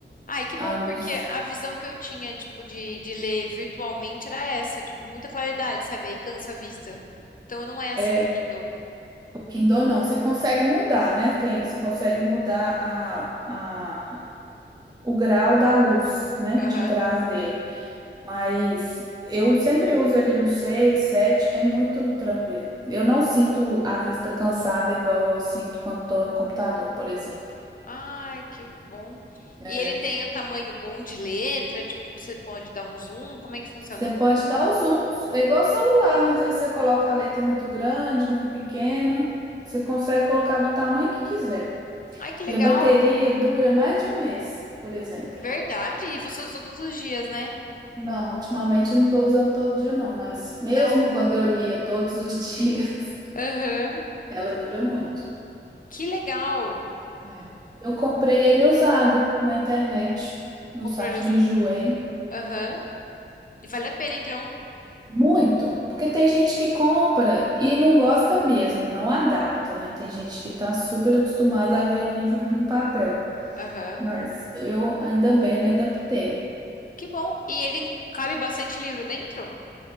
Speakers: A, on the left (about 45°); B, on the right (about 20°).
A: Ai, que bom,
B: a luz.
A: porque a visão que eu tinha, tipo, de, de ler virtualmente era essa, tipo, muita claridade, sabe? Aí cansa a vista. Então não é assim
B: É,
A: o Kindle.
B: o Kindle não, você consegue mudar, né? Tem, você consegue mudar a, a, o grau da luz, né?
A: Aham.
B: De trás dele. Mas eu sempre uso ele no 6 7 é muito tranquilo. Eu não sinto a vista cansada igual eu sinto quando tô no computador, por exemplo.
A: Ai, que bom.
B: É,
A: E ele tem um tamanho bom de letra, tipo, você pode dar um zoom, como é que funciona?
B: Você pode dar os zooms, é igual celular, às vezes você coloca a letra muito grande, muito pequena, você consegue colocar do tamanho que quiser.
A: Ai, que legal.
B: E a bateria dura mais de um mês, por exemplo.
A: Verdade. E você usa todos os dias, né?
B: Não, ultimamente eu não estou usando todo dia não, mas mesmo
A: Não,
B: quando eu lia todos os <laughs> dias,
A: Aham.
B: ela dura muito.
A: Que legal.
B: É. Eu comprei ele usado na internet, no
A: Comprou
B: site
A: ele usado.
B: do Enjoei.
A: Aham. E vale a pena então.
B: Muito, porque tem gente que compra e não gosta mesmo, não adapta, né? Tem gente que tá super acostumada a ler livro no papel,
A: Aham.
B: mas eu ainda bem me adaptei,
A: Que bom. E ele cabe bastante livro dentro?